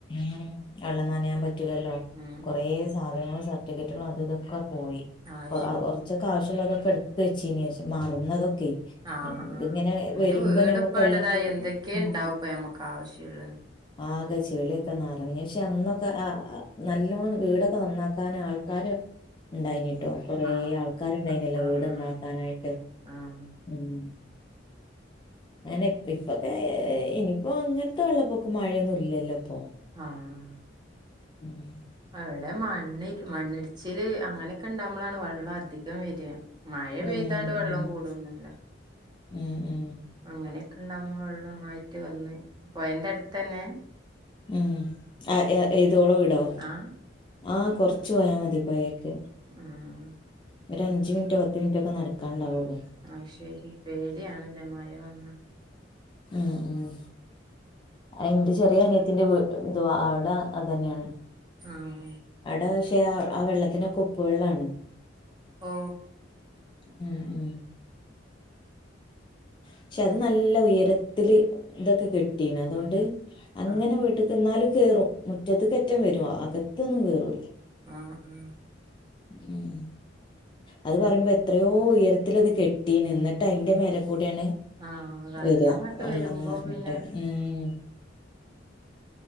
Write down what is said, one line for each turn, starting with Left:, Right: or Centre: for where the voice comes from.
Left: ഉം വെള്ളം നനയാൻ പറ്റൂലല്ലോ
Right: ഉം
Left: കൊറെസ്
Right: ഉം
Left: സാധനങ്ങളും സർട്ടിഫിക്കറ്റുകളും അതു ഇതൊക്കെ പോയി
Right: ആഹ്
Left: കൊ
Right: ശരി
Left: അ കൊറച്ച ക്കാവശ്യള്ളതൊക്കെ എടുത്ത് വെച്ചീനി പഷെ മറന്നതൊക്കെ
Right: ആഹ്
Left: ഇതിങ്ങനെ
Right: ആഹ് ഒരു
Left: വരുമ്പോ
Right: വീട്പ്പേണ്ടതായി
Left: ഞമ്മക്ക് എല്ലാം കൂടി
Right: എന്തൊക്കെയേണ്ടാവുപ്പോ
Left: ഉം
Right: ഞമ്മക്ക് ആവശ്യള്ളെ
Left: ആകെ ച് ചെളിയൊക്കെ നറഞ്ഞ് പക്ഷെ അന്നൊക്കെ ആ നല്ലോണം വീടൊക്കെ നന്നാക്കാൻ ആൾക്കാര് ഇണ്ടായിനിട്ടോ കൊറെ
Right: ആഹ്
Left: ആൾക്കാര് ഇണ്ടായിന്യല്ലോ
Right: ആഹ്
Left: വീട് നന്നാക്കാനായിട്ട്
Right: ആഹ് ആഹ്
Left: ഉം അങ്ങനെ ഇപ്പ ഇപ്പൊക്കെ ഇനിയിപ്പോ അങ്ങൻത്ത വെള്ളപ്പൊക്കം മഴയൊന്നു ഇല്ലല്ലോ ഇപ്പൊ
Right: ആഹ്
Left: ഉം
Right: അവിടെ മണ്ണി മണ്ണിടിച്ചില് അങ്ങനെക്കെ ഇണ്ടാവുമ്പളാണ് വെള്ളം അധികം വര മഴ
Left: ഉം
Right: പെയ്താണ്ട് വെള്ളം
Left: ഉം
Right: കൂടൊന്നുല്ല
Left: ഉം ഉം
Right: അങ്ങനെക്കെ ഇണ്ടാവുമ്പോ വെള്ളം ഒന്നായിട്ട് വന്ന് പൊയന്റെ അട്ത്തന്നെ
Left: ഉം ആ എ എത് ഓള വീടോ
Right: ആഹ്
Left: ആ കൊർച്ച് പോയാ മതി പൊയേക്ക്
Right: ഉം
Left: ഒര് അഞ്ച് മിൻറ്റോ പത്ത് മിൻറ്റോ ഒക്ക നടക്കാണ്ടാവോള്ളു
Right: അത് ശരി പേടിയാണ് ലെ മഴ വന്ന
Left: ഉം ഉം അയിന്റെ ചെറ്യേ അനിയത്തിന്റെ വീ- ദുവാ അവ്ടെ അതന്നെണ്
Right: ആ ഉം
Left: അവ്ടെ പക്ഷേ ആ ആ വെള്ളത്തിനൊക്ക ഉപ്പ് വെള്ളാണ്
Right: ഓ
Left: ഉം ഉം പക്ഷെ അത് നല്ല ഉയരത്തില് ഇതൊക്കെ കെട്ടീന് അതൊണ്ട് അങ്ങനെ
Right: ആഹ്
Left: വീട്ട് ക്ക് ന്നാലും കേറും മുറ്റത്ത് കറ്റം വരും അകത്തൊന്നും കേറൂല
Right: ആ ആ
Left: ഉം അത് പറയുമ്പോ എത്രയോ ഉയരത്തില് അത് കെട്ടീന് ഇന്നട്ട് അയിന്റെ മേലെ കൂടെണ്
Right: ആഹ് വെള്ളം
Left: വര
Right: അങ്ങട്ട്
Left: വള്ളം
Right: വരുമ്പോ
Left: നർഞ്ട്ട്
Right: പിന്നെ
Left: ഉം